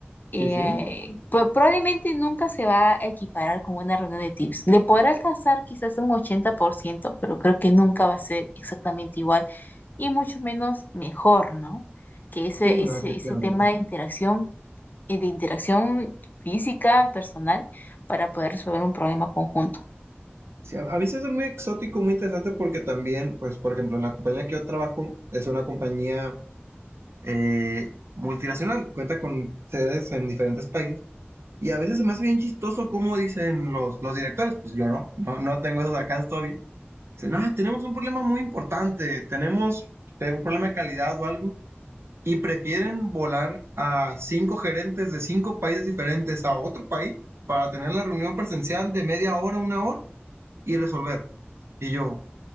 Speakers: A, on the left; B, on the right.
A: eh,
B: Sí, sí.
A: pro- probablemente nunca se va a equiparar con una reunión de tips. Le podrá alcanzar quizás un 80%, pero creo que nunca va a ser exactamente igual y mucho menos mejor, ¿no? Que ese,
B: Sí, no,
A: ese,
B: efectivamente.
A: ese tema de interacción, eh, de interacción física, personal, para poder resolver un problema conjunto.
B: Sí, a a mí se me hace muy exótico, muy interesante porque también, pues, por ejemplo, la compañía que yo trabajo es una compañía eh, multinacional, cuenta con sedes en diferentes países. Y a veces se me hace bien chistoso cómo dicen los, los directores, pues yo no, no, no tengo esas alcances todavía. Dicen, ah, tenemos un problema muy importante, tenemos eh, un problema de calidad o algo, y prefieren volar a cinco gerentes de cinco países diferentes a otro país para tener la reunión presencial de media hora, una hora y resolver. Y yo,